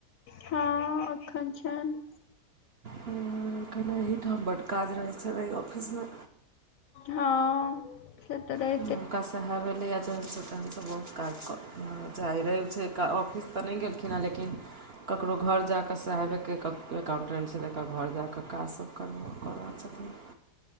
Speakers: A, on the left; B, on the right.
A: हँ अखन छनि
B: हँ अखैन एहिठाम बड काज रहै छनि अइ ऑफिस में
A: हँ से तऽ रहै
B: <unintelligible> <inaudible> बहुत काज <inaudible> आइ रवि छै क ऑफिस तऽ नहि गेलखिनहें लेकिन ककरो घर जा क साहेबेके <unintelligible> अकाउंटेंट छै तेकर घर जा क काजसभ <unintelligible> क रहल छथिन